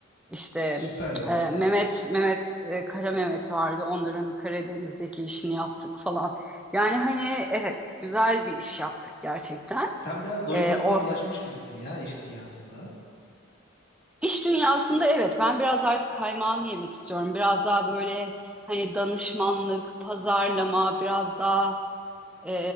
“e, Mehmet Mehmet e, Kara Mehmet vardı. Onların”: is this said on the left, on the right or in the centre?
Centre